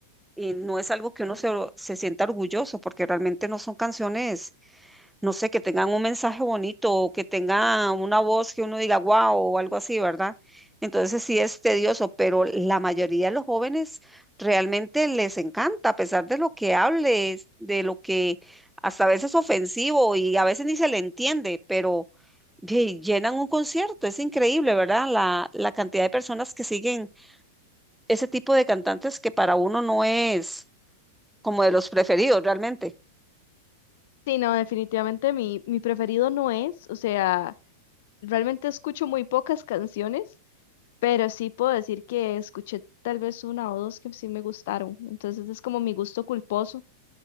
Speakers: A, in the centre; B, on the left (about 60°).
A: Y no es algo que uno se, se sienta orgulloso, porque realmente no son canciones no sé, que tengan un mensaje bonito o que tengan una voz que uno diga wow o algo así, ¿verdad? Entonces sí es tedioso, pero la mayoría de los jóvenes realmente les encanta, a pesar de lo que hables, de lo que hasta a veces ofensivo y a veces ni se le entiende, pero ye- llenan un concierto, es increíble, ¿verdad? La, la cantidad de personas que siguen ese tipo de cantantes que para uno no es como de los preferidos realmente.
B: Sí, no, definitivamente mi, mi preferido no es, o sea, realmente escucho muy pocas canciones pero sí puedo decir que escuché tal vez una o dos que sí me gustaron. Entonces es como mi gusto culposo,